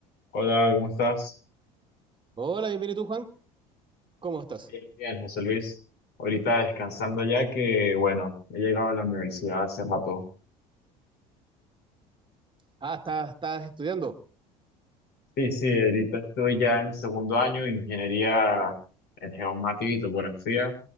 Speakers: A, on the left; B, on the right.
A: Hola, ¿cómo estás?
B: Hola, bienvenido tú, Juan. ¿Cómo estás?
A: Bien, bien, José Luis. Ahorita descansando ya que, bueno, he llegado a la universidad hace rato.
B: Ah, estás, estás estudiando.
A: Sí, sí, ahorita estoy ya en segundo año de ingeniería en geomática y topografía